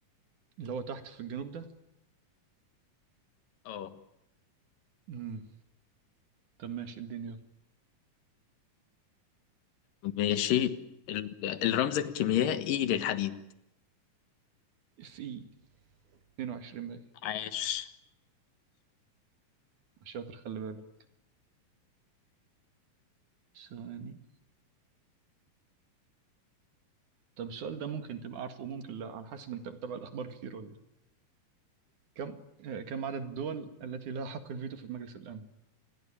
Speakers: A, on the right; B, on the left.
A: اللي هو تحت في الجنوب ده
B: اه
A: امم طب ماشي الدنيا
B: ماشي ال... الرمز الكيميائي للحديد
A: في 22 باين
B: عاش
A: عشان خلي بالك ثواني طب السؤال ده ممكن تبقى عارفه وممكن لا على حسب انت بتتابع الاخبار كتير ولا لأ. كم آه، كم عدد الدول التي لها حق الفيتو في مجلس الامن